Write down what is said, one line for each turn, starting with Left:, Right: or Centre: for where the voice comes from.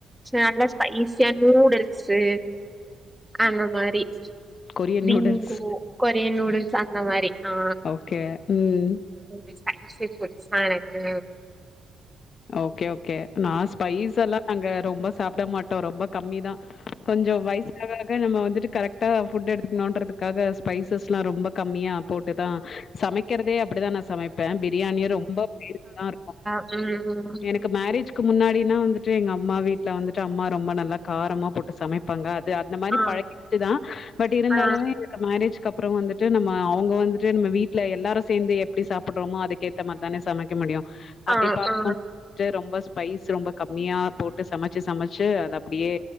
Centre: நல்லா ஸ்பைசியா நூடுல்ஸு அந்த மாரி
Left: Korean
Centre: Bingo
Left: noodles.
Centre: Korean noodles அந்த மாரி ஆ
Left: ஓகே ம்
Centre: இத்மாரி ஸ்பைசி ஃபுட்ஸ்தா எனக்கு
Left: ஓகே ஓகே நா ஸ்பைஸெல்லா நாங்க ரொம்ப சாப்பிட மாட்டோ ரொம்ப கம்மிதா கொஞ்சோ வய்சாக ஆக நம்ம வந்துட்டு கரெக் ட்டா ஃபுட்டு எடுத்துக்கணுன்றதுக்காக ஸ்பைசஸ்லா ரொம்ப கம்மியா போட்டுதா சமைக்கிறதே அப்படிதா நா சமைப் ப்பே பிரியாணியு ரொம்ப <unintelligible> டா இருக்கு
Centre: ம் ம்
Left: எனக்கு மேரேஜ்க்கு முன்னாடினா வந்துட்டு எங்க அம்மா வீட்ல வந்துட்டு அம்மா ரொம்ப நல்லா காரமா போட்டு சமைப் ப்பாங்க அது அந்த மாரி
Centre: ஆ
Left: பழகிட்டுதா பட் இருந்தாலுமே
Centre: ஆ
Left: எனக்கு மேரேஜ் கப்புறோ வந்துட்டு நம்ம அவுங்க வந்துட்டு நம்ம வீட்ல எல்லாரு சேந்து எப்டி சாப்பிட்றோமோ அதுக்கேத்த மார் தான சமைக்க முடியு
Centre: ஆ
Left: அப்டி ப
Centre: ஆ
Left: ண்ட்டு ரொம்ப ஸ்பைஸ் ரொம்ப கம்மியா போட்டு சமச்சு சமச்சு அது அப்டியே